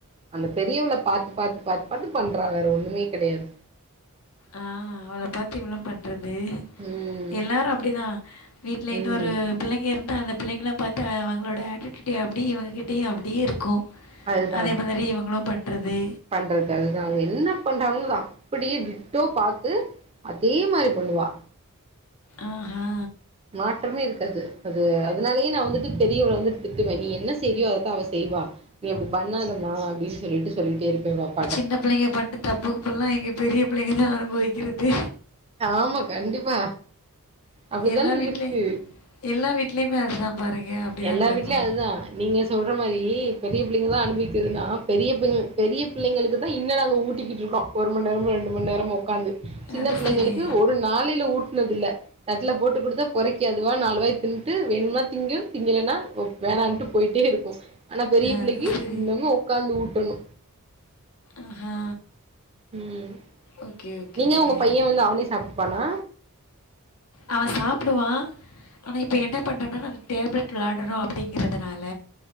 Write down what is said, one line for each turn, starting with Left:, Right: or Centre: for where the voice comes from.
Right: அந்த பெரியவள பாத்து பாத்து பாத்து பண்றா வேற ஒண்ணுமே கெடையாது
Left: ஆ அவள பாத்து இவளு பண்றது
Right: ம்
Left: எல்லாரு அப்டிதா வீட்ல இன்னொரு
Right: ம்
Left: பிள்ளைங்க இருந்தா அந்த பிள்ளைங்கள பாத் ட்ட அவங்களோட ஆட்டியூட்டி அப்டியே இவங்கிட்டேயு அப்டியே இருக்கூ
Right: அதுதா
Left: அதே மாதிரி இவங்களு பண்றது
Right: பண்றது அதுதா அவுங்க என்ன பண்றாங்கன்னு அத அப்படியே டிட்டோ பாத்து அதே மாரி பண்ணுவா
Left: ஆஹா
Right: மாற்றமே இருக்காது அது அதனாலயே நா வந்துட்டு பெரியவள வந்துட்டு திட்டுவே நீ என்ன செய்ரியோ அதத்தா அவ செய்வா நீ அப்டி பண்ணாதமா அப்டின்னு சொல்லிட்டு சொல்லிட்டே இருப்பே பாப்
Left: சின்ன புள்ளைங்க பண்ண தப்புக்குப்புல்லா எங்க பெரிய புள்ளைங்கதா அனுபவிக்கிறது
Right: ஆமா கண்டிப்பா அப்டித்தானே
Left: எல்லா வீட்லயும்
Right: இருக்கு
Left: எல்லா வீட்லயுமே அதுதா பாருங்க அப்டிதா
Right: எல்லா
Left: நடக்கூ
Right: வீட்லயும் அதுதான். நீங்க சொல்ற மாரி பெரிய புள்ளைங்க தா அனுபவிக்குதுன்னா பெரிய பெரிய பிள்ளைங்களுக்கு தா இன்னு நாங்க ஊட்டிக்கிட்டு இருக்கோ க்கோ ஒரு மண் நேரமோ ரெண்டு மண் நேரமோ உக்காந்து சின்ன
Left: அது
Right: பிள்ளைங்களுக்கு
Left: சரி.
Right: ஒரு நாளில ஊட்னது இல்ல தட்ல போட்டு குடுத்தா பொறைக்கி அதுவா நாலுவாய் தின்னுட்டு வேணுனா திங்கு திங்களன்னா வேணான்ட்டு போயிட்டே இருக்கூ ஆனா பெரிய பிள்ளைக்கு
Left: அது சரி.
Right: இன்னமு உக்காந்து ஊட்டணு
Left: ஆஹா
Right: ம்
Left: ஓகே, ஓகே.
Right: நீங்க உங்க பையன் வந்து அவனே சாப்டுப்பானா
Left: அவன் சாப்டுவா ஆனா இப்ப என்ன பண்றனா டேபிள் ப்ளானரு அப்டிங்கறதுனால